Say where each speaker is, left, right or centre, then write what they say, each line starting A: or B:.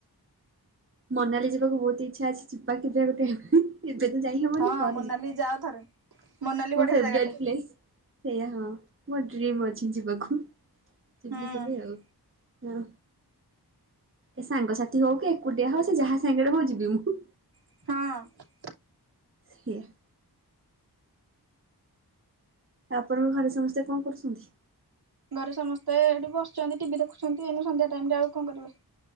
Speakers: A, on the right; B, on the right.
A: ମନାଲି ଯିବାକୁ ବହୁତ ଇଚ୍ଛା ଅଛି। ଯିବା କେବେ ଗୋଟେ ଆଉ। ଏବେ ତ ଯାଇହବନି
B: ହଁ
A: ପରେ ଯି
B: <unintelligible> ଯାଅ ଥରେ। ମୋନାଲି
A: ମୋ
B: ବଢିଆ
A: ଫେବରାଇଟ୍
B: ଜାଗାଟେ।
A: ପ୍ଲେସ୍। ସେଇଆ ହଁ। ମୋର ଡ୍ରିମ୍ ଅଛି ଯିବାକୁ। ଯିବି
B: ହୁଁ
A: କେବେ ଆଉ। ହଁ ଏ ସାଙ୍ଗସାଥି ହଉ କି ଏକୁଟିଆ ହଉ ସେ ଯାହା ସାଙ୍ଗେରେ ହଉ ଯିବି ମୁଁ।
B: ହଁ।
A: ସେଇଆ। ଆପଣଙ୍କ ଘରେ ସମସ୍ତେ କଣ କରୁଛନ୍ତି?
B: ଘରେ ସମସ୍ତେ ଏଇଠି ବସିଛନ୍ତି, ଟିଭି ଦେଖୁଛନ୍ତି ଏଇନୁ ସନ୍ଧ୍ୟା ଟାଇମରେ ଆଉ କଣ କରିବେ।